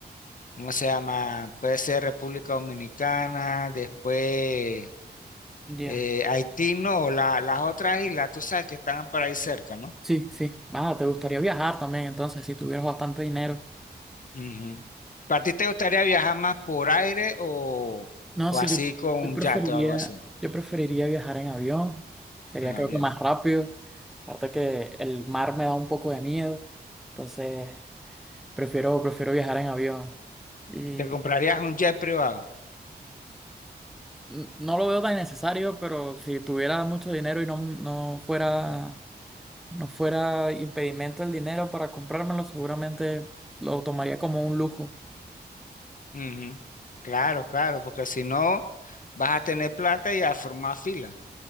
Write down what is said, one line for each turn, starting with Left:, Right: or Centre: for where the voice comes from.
Left: ¿cómo se llama? Puede ser República Dominicana, después
Centre: Ya.
Left: eh, Haití, no, la- las otras islas, tú sabes que están por ahí cerca, ¿no?
Centre: Sí, sí. Ah, te gustaría viajar también, entonces, si tuvieras bastante dinero.
Left: Ujú. ¿Para ti te gustaría viajar más por aire o,
Centre: No,
Left: o
Centre: sí,
Left: así
Centre: yo,
Left: con un
Centre: yo preferiría,
Left: yate o algo así,
Centre: yo preferiría viajar en avión. Sería
Left: en avión?
Centre: creo que más rápido. Aparte que el mar me da un poco de miedo. Entonces, prefiero, prefiero viajar en avión. Y
Left: ¿Te comprarías un jet privado?
Centre: No lo veo tan necesario, pero si tuviera mucho dinero y no, no fuera, no fuera impedimento el dinero para comprármelo, seguramente lo tomaría como un lujo.
Left: Ujú. Claro, claro, porque si no, vas a tener plata y a formar fila.